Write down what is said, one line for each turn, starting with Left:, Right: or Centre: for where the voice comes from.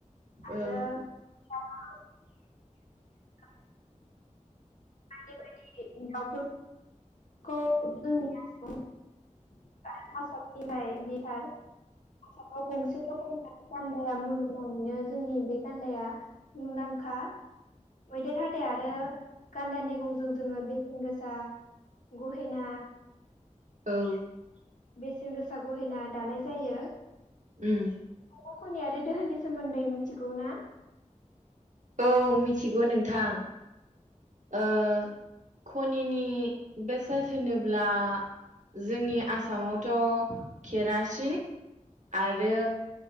Right: औ
Left: आरो <unintelligible> बायदि बायदि दाउफोर-खौ जोंनि आसामाव <unintelligible> बिहार आसामाव गंसेल' गंथानाय गान्दाया मुलुगनाङैनो जोंनि बे गान्दाया मुंदांखा मैदेर हाथाय आरो गान्दा निगंजों जोंङो बेसेन गोसा गहेना
Right: औ
Left: बेसेन गोसा गहेना दानाय जायो।
Right: ओम
Left: फावख'नि आरो दोहोननि सोमोन्दै मिथिगौ ना?
Right: औ मिथिगौ नोंथां ओ खनिनि बेसाद होनोब्ला जोंनि आसामावथ' केरासिन आरो